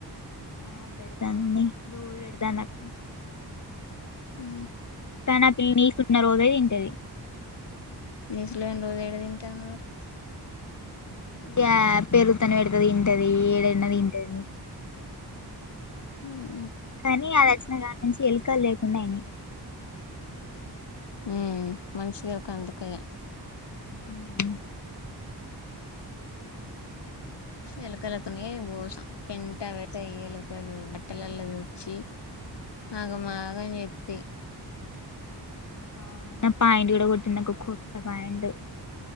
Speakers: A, on the left (about 45°); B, on the left (about 85°).
A: ఆ పెడతాంది మే రోజు పెడతాంది నాకు
B: ఉ
A: కాని ఆ పిల్లి ని సున్న రోజే తింటది
B: నీసులు గాని రోజు ఏడ తింటాంది మరి
A: ఇయ పెరుగుతను పెడతుదింటది ఏడున్నదింటది
B: హు
A: కానీ అది వచ్చినగాన్ మంచి ఎలుకల్ లేకుండా అయినాయి
B: హు మంచిది ఒక అందుకయ
A: హ్మ్
B: ఎలకలతోనే గోసం పెంట పెడతాయి ఎలుకలు బట్టలలో వచ్చి ఆగ మాగం చెత్తయ్
A: అవును నా పాయింట్ కూడా కొట్టిందికు కొత్త పాయింట్